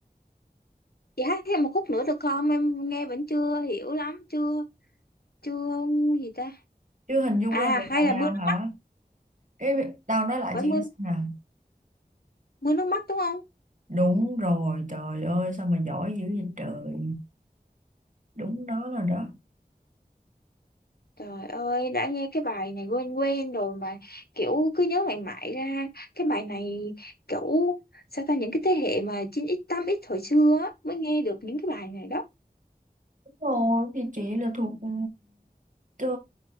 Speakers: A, on the left (about 75°); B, on the right (about 55°).
A: chị hát thêm một khúc nữa được không em nghe vẫn chưa hiểu lắm chưa chưa gì ta
B: chưa hình dung
A: à
B: ra được
A: hay
B: bài
A: là mưa
B: nào
A: nước
B: hả
A: mắt
B: cái Tao nói lại
A: phải
B: chị
A: mưa
B: nghe xem nè
A: mưa nước mắt đúng không
B: Đúng rồi, trời ơi sao mà giỏi dữ vậy trời. Đúng đó là đó.
A: Trời ơi, đã nghe cái bài này quen quen rồi mà kiểu cứ nhớ mãi mãi ra cái bài này kiểu sao ta những cái thế hệ mà 9x 8x hồi xưa á, mới nghe được những cái bài này đó.
B: Đúng rồi, thì chị là thuộc ừ, ờ,